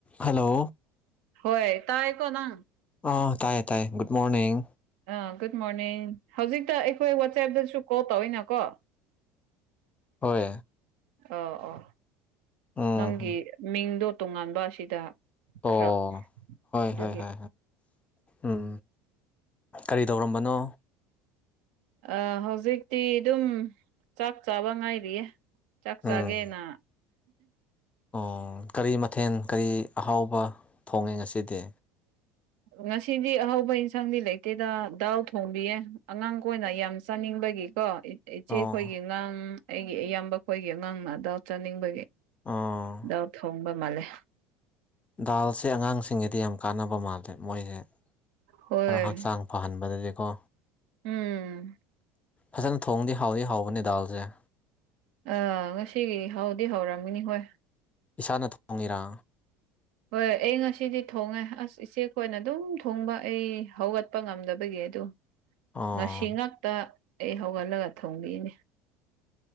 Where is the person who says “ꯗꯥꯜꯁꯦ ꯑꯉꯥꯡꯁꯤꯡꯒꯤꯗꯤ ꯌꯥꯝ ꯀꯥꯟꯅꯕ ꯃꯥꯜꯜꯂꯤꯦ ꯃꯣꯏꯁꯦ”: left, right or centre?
Left